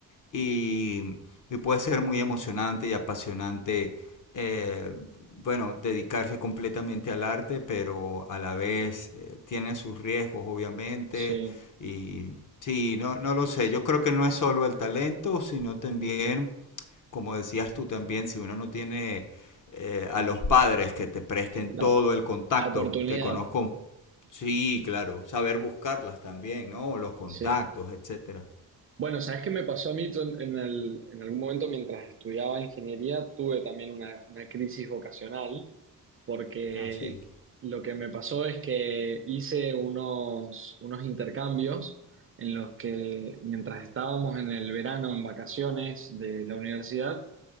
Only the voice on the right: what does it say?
Sí,
la,
la oportunidad,
sí.
Bueno, ¿sabes qué me pasó a mí? Yo En, en el- en algún momento mientras estudiaba ingeniería tuve también una, una crisis vocacional porque
lo que me pasó es que hice unos, unos intercambios en los que mientras estábamos en el verano en vacaciones de la universidad,